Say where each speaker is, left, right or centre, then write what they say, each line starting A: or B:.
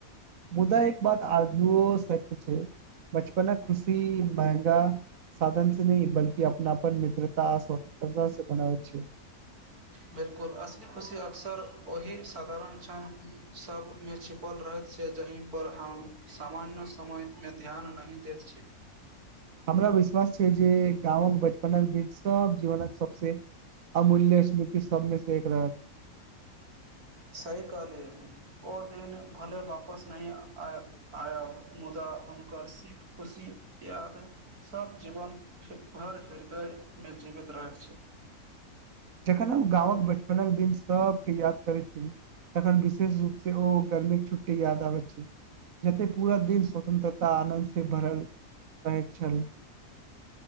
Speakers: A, on the right (about 65°); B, on the right (about 85°).
A: मुदा एक बात आजु सत्य छै बचपन खुशी महंगा साधन से न बलकि अपनापन म ता स्वतत्रता से बनाबै छै
B: बिलकुल असली खुशी अक्सर ओहि साधारण क्षण सभमे छिपल रहैत छै जहि पर हम सामान्य समयमे ध्यान नहि दैत छी
A: हमरा विश्वास छै जे गाम ब सब जीवनक सबसे अमूल्य सबमें से एक राह
B: सही कहलियै ओ दिन भले वापस नहि आ आयब मुदा हुनकर सीख खुशी याद सब जीवन भर हृदय में जीवित रहैत छै
A: जखन हम गाँवक बचपनक दिन सभके याद करैत छी तखन विशेष रूपसँ ओ गर्मीक छुट्टी याद आबै छै जते पूरा दिन स्वतंत्रता आनन्द से भरल रहैत छल